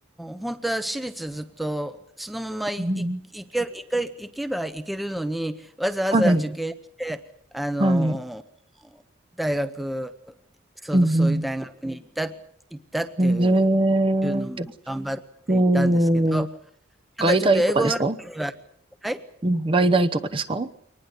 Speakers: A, in the centre; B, on the right (about 25°).
A: 本当は私立ずっと、そのままい、
B: うん
A: い、いけ、いけ、行けば行けるのに、わざわざ受験して、
B: はい、
A: あの、
B: はい。
A: 大学、そう、
B: うん
A: そういう大学に行った、行ったっていう、
B: うん。えー、
A: いうのも頑張って行ったんですけど、
B: おー外大とかですか
A: ただちょっと英語学科にははい？
B: うん、外大とかですか